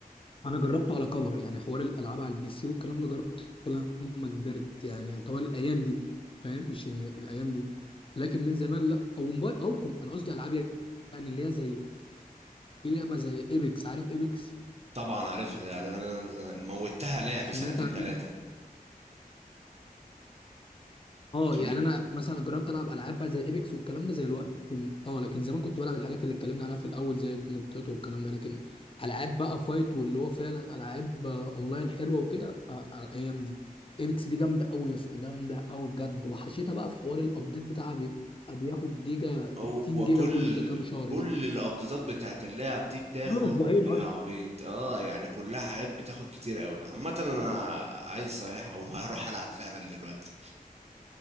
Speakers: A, on the left (about 35°); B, on the right (about 45°).
A: انا جربته على كبر يعني حوار الالعاب على البي سي والكلام ده جربته لما كبرت يعني طوال الايام دي فاهم مش م- الايام دي لكن من زمان لا او موبايل او كم انا قصدي العاب يعني اللي هي زي في لعبه زي ايبكس عارف ايبكس
B: طبعا عارفها ده ده- ده- ده- ده- موتها لعب
A: سمعت
B: سنتين
A: عن
B: ثلاثة
A: إيه؟ اه
B: بتقول
A: يعني انا مثلا جربت العب العاب بقى زي ايبكس والكلام ده زي الوقت لكن اه لكن زمان كنت بلعب الحاجات اللي اتكلمنا عليها في الاول زي النطيط والكلام ده لكن العاب بقى فايت واللي هو فعلا العاب آه، اونلاين حلوه وكده آه، آه، الايام دي ايبكس دي جامده قوي يا اسطى جامده قوي بجد وحشيتها بقى في حوار الابديت بتاعها بيبقى بياخد جيجا 60
B: هو
A: جيجا
B: كل
A: كل كام شهر
B: كل
A: كده
B: الابديتات بتاعت اللاعب دي بتاخد
A: كل اسبوعين
B: بالعبيط
A: اصلا
B: اه يعني كلها حاجات بتاخد كتير قوي عامة انا عايز صحيح او ما هروح <laughs> العب فعلا دلوقتي